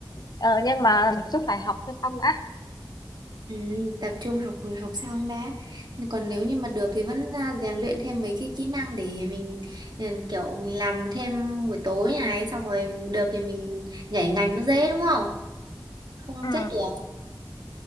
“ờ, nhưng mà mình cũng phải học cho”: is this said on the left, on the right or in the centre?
Left